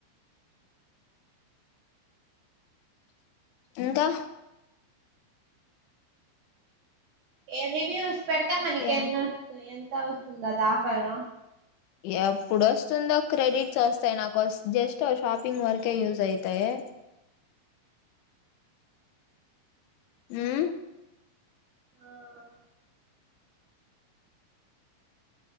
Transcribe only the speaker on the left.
ఇంకా
యా
ఎప్పుడు వస్తుందో క్రెడిట్స్ వస్తాయి నాకు జస్ట్ షాపింగ్ వరకే యూజ్ అయితాయి ఏ మ్మ్